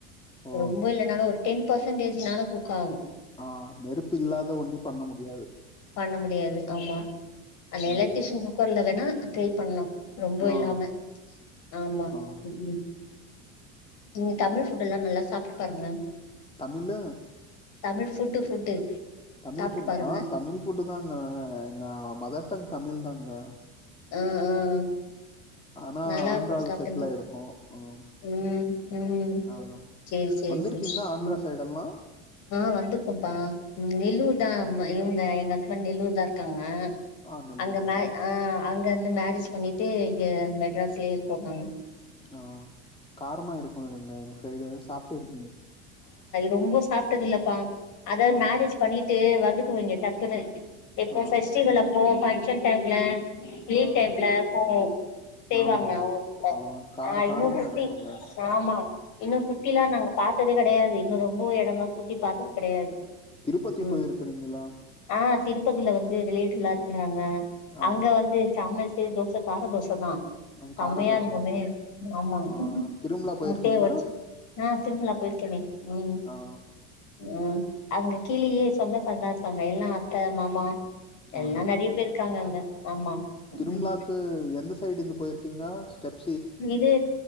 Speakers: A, on the left; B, on the left.
A: ஓ
B: ரொம்ப இல்லனாலு ஒரு டென் பர்சன்டேஜ்னால குக் ஆகூ
A: ஆ நெருப்பு இல்லாத ஒண்ணி பண்ண முடியாது
B: பண்ண முடியாது ஆமா அந்த
A: ம்
B: எலக்டிசன் கூக்கர் ந ட்ரை பன்னோ ரொம்ப
A: ஆ
B: இல்லாம ஆமா
A: ஆ
B: உம் நீங்க தமிழ் ஃபுட் எல்லா நல்லா சாப்டு பாருங்லே
A: தமினா
B: தமிழ் ஃபுட்டு ஃபுட்டு
A: தமிழ்
B: சாப்ட்டு
A: ஃபுட்
B: பாருங்க
A: ஆ தமிழ் ஃபுட்டு் தாங்க எ நா மதர்டங் தமிழ் தாங்க
B: உம் உம்
A: ஆனா
B: நல்லா
A: ஆந்திரால
B: இருக்கு சாப்பிடுங்க
A: செட்டில் ஆயிருக்கோ ம்
B: உம் உம்
A: ஆ
B: சேரி சேரி
A: வந்திருக்கீங்க
B: சேரி
A: ஆந்திரா
B: ம்
A: சைடெல்லா
B: ஆ வந்திருப்போம்ப்பா நெலு
A: ம்
B: தான்ம் இங் அ எங்க ஹஸ்பண்ட் நெல்லூர் தான் இருக்காங்க
A: ஆ நெல்லூராங்க
B: அங்க மே அ அங்கந்து மேரேஜ் பண்ணிட்டு இங்க மெட்ராஸ்ல்யே போவாங்
A: ஆ கார்மா இருக்குல்வெங்காய் ப்ரைட்டு சாப்டு இருக்
B: ரொம்போ சாப்ட்டதில்லப்பா அதாவ்
A: ஆ
B: மேரேஜ் பண்ணிட்டு வந் வந்துட்டுங்கு ங்க டக்குன்னு எப்போ
A: ஆ
B: பெஸ்டிவல் அப்போ பன்க்ஷன் டைம்ல லீவ்
A: ஆ
B: டைம்ல போவோ செய்வாங்க
A: ஆமாங்க
B: அவங் குட
A: ஆ கார
B: ஆஹ் இன்னு
A: காரமா
B: சுத்தி
A: இருக்குங்க
B: ஆமா இன்னு சுத்திலா
A: ம்.
B: நாங் பாக் உட்டதே கெடயாது இன்னு ரொம்ப எடங்கொ சுத்தி பாக்கு கெடயாது
A: திருப்பதி
B: உம்
A: போயிருக்கிறீங்களா
B: ஆஹ் திருப்பதில வந்து ரிலேட்டிவ்லா இருக்குறாங்க
A: ஆ
B: அங்க வந்து சம <inaudible> தோச கார தோச தா செம்மயாருக்குமே
A: கார தோச தாங்க
B: உம் ஆமா
A: ஆ திருமலா போயிருக்கீங்க
B: முட்டய ஒட்ச்சு ஆஹ் <unintelligible> போய்ருகனே உம்
A: ஆ
B: உம் அங்க கீழயே சொந்த காரங்தா இருப்பாங்க எல்லா அத்த மாமா எல்லா
A: ஆங்க
B: நெறய பேரு காங்க அங்க ஆமா
A: திரும்லாக்கு
B: ம்
A: எந்த சைட்ர்ந்து போய்ருக்கீங்க ஸ்டெப்
B: இது